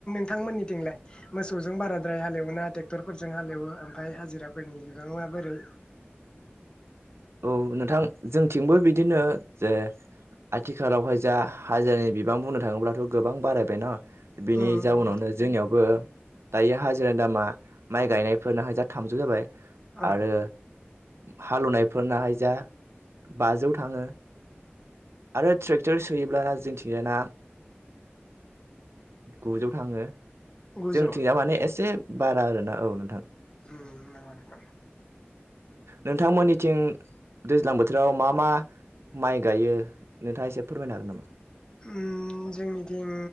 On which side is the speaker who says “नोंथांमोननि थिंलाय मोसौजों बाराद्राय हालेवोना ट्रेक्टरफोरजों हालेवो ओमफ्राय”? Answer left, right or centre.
Left